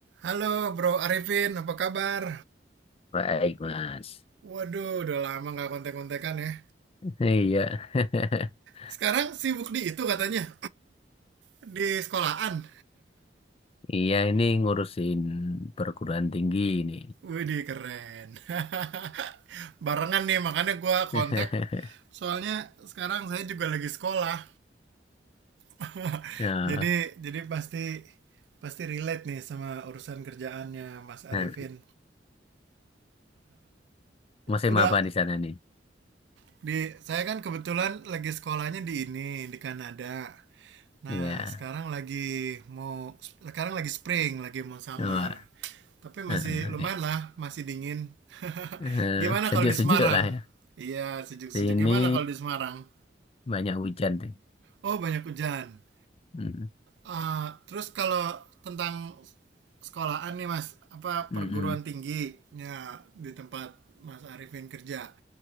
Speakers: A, on the right; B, on the left.
A: Halo Bro Arifin, apa kabar?
B: Baik, Mas.
A: Waduh, udah lama nggak kontek-kontekan ya.
B: Iya. <laughs>
A: Sekarang sibuk di itu katanya, <clears throat> di sekolahan.
B: Iya, ini ngurusin perguruan tinggi ini.
A: Widih, keren. <laughs> Barengan nih, makanya gue
B: <laughs>
A: kontak. Soalnya sekarang saya juga lagi sekolah. <laughs>
B: Nah,
A: jadi jadi pasti pasti relate nih sama urusan kerjaannya Mas Arifin.
B: nah, musim
A: Udah
B: apa di sana nih?
A: Di saya kan kebetulan lagi sekolahnya di ini di Kanada. Nah,
B: Iya.
A: sekarang lagi mau sekarang lagi spring, lagi mau summer.
B: Wah,
A: Tapi masih
B: eh,
A: lumayan
B: eh,
A: lah, masih dingin. <laughs>
B: eh,
A: Gimana
B: sejuk-sejuk
A: kalau di Semarang?
B: lah ya.
A: Iya, sejuk-sejuk.
B: Sini
A: Gimana kalau di Semarang?
B: banyak hujan deh.
A: Oh, banyak hujan.
B: Mm,
A: Ah, terus kalau tentang sekolahan nih Mas, apa
B: mm,
A: perguruan
B: mm,
A: tingginya di tempat Mas Arifin kerja.